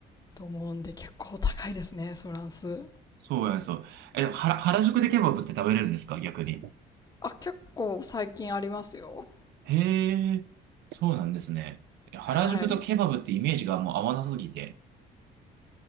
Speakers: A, on the left (about 20°); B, on the right (about 75°).
A: と思うんで結構高いですね、フランス。
B: そうや、そう。え、でも原、原宿でケバブって食べれるんですか逆に。
A: あ、結構最近ありますよ。
B: へえ、そうなんですね。え原宿とケバブってイメージがもう合わなすぎて。
A: はい。